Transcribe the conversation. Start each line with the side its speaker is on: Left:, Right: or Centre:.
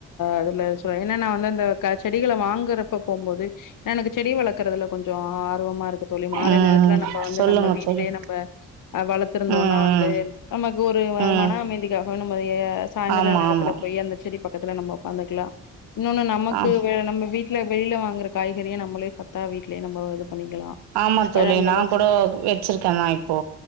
Left: அதுல சொ ஏன்ன நா வந்து அந்த க்கா செடிகளவாங் ங்கர அப்ப போம்போது எனக்கு செடி வளர்க்கறதுல கொஞ்சோ ஆர்வமா இருக்கு தோழி மாலை
Right: ம்
Left: நேரத்துல நம்ப வந்து
Right: சொல்லுங்க
Left: நம்ம வீட்டிலேயே
Right: தோழி.
Left: நம்ப வளர்த்துருந்தோன்னா
Right: ம்
Left: வந்து நம்ம க் ஒரு
Right: ம் ம்.
Left: மன அமைதிக்காக நம்ம கேய சாயந்திர
Right: ஆமா
Left: நேரத்தில
Right: ஆமா
Left: போய் அந்த செடி பக்கத்தில நம்ம உட்காந்துக்கலா இன்னொன்னு நமக்கு
Right: ஆ
Left: வே நம்ம வீட் ட்டுல வெளியில வாங்குற காய்கறிய நம்மளே சத்தா வீட்டிலே நம்போ இது பண்ணிக்கலாம்.
Right: ஆமா தோழி
Left: பழங்களும்
Right: நா கூடோ வச்சிருக்கே தா இப்போ